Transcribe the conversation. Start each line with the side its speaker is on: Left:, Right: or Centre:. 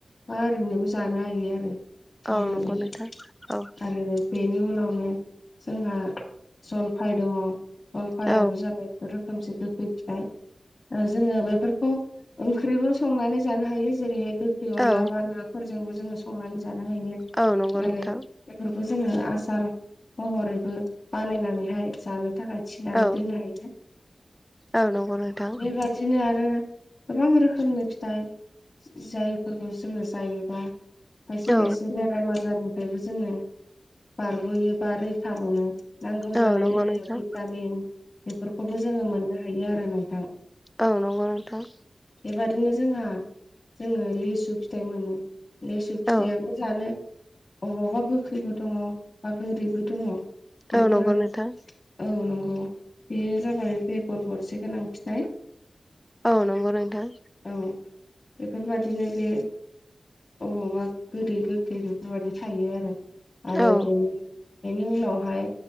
Left: मा ओरैनोबो जानो हायो आरो सावनानै
Centre: औ नंगौ नोंथां औ
Left: आरो बेनि उनावनो जोंहा जलफाय दंङो जलफायाबो
Centre: औ
Left: जाबाय रोखोमसो गोखै फिथाय जोंङो बेफोरखौ ओंख्रिबो संनानै जानो हायो जेरैहाय थ्रि
Centre: औ
Left: अनला बा नाफोरजोंबो जोंङो संनानै जानो हायो
Centre: औ नंगौ नोंथां
Left: आरो बेफोरखौ जोंङो आसार महरैबो बानायनानैहाय जानो थाखाय थनानै
Centre: औ
Left: दोननो हायो
Centre: औ नंगौ नोंथां
Left: बेबादि नो आरो गोबां रोखोमनि फिथाइ जायफोरखौ जोंङो जायोबा खायसे
Centre: औ
Left: खायसे बेराम आजारनिफ्रायबो जोंङो बारग'यो बा रैखा मोनो नांगौ
Centre: औ
Left: जानाय
Centre: नंगौ
Left: देहायाव
Centre: नोंथां
Left: भिटामिन बेफोरखौबो जोंङो मोननो हायो आरो नोंथां
Centre: आं नंगौ नोंथां
Left: बेबादिनो जोंहा जोंङो लेसु फिथाइ मोनो लेसु फिथायाबो
Centre: औ
Left: जानो अबावबा गोखैबो दंङो बा गोदैबो दंङो बेफोरो
Centre: औ नंगौ नोंथां
Left: औ नंगौ बेयो जाबाय बेगर गरसे गोनां फिथाइ
Centre: औ नंगौ नोंथां।
Left: औ बेफोरबादिनो बे अबावबा गोदै गोखै बेफोरबायदि थायो आरो आरो
Centre: औ
Left: बेनो बेनि उनावहाय